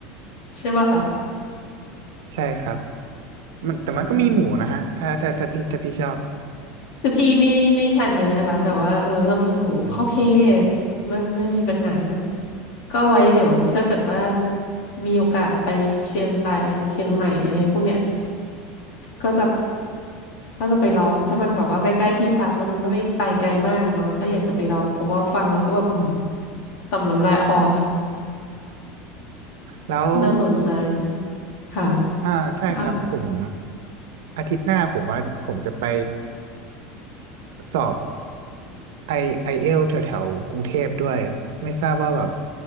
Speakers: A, on the left; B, on the right.
A: ใช่ป่ะคะ
B: <laughs> ใช่ครับมันแต่มันก็มีหมูนะฮะถ้าถ้าถ้าพี่ถ้าพี่ชอบ
A: อืมคือพี่ไม่ไม่ทานเนื้อนะคะแต่ว่าเออถ้ามีหมูก็โอเค
B: อืม
A: ไม่ไม่มีปัญหา ก็ไว้เดี๋ยวถ้าเกิดว่ามีโอกาสไปเชียงรายเชียงใหม่อะไรพวกเนี้ยก็จะก็จะไปลองถ้ามันแบบว่าใกล้ๆที่พักแล้วมันไม่ไม่ไปไกลมากเนาะก็อยากจะไปลองเพราะว่าฟังแล้วก็แบบหืมต่อมน้ำลายออก
B: แล้ว
A: <laughs> น่าสนใจค่ะ
B: อ่าใช่ครับผม
A: มา
B: อาทิตย์หน้าผมว่าผมจะไปสอบไอไอเอลแถวแถวๆกรุงเทพด้วยไม่ทราบว่าแบบ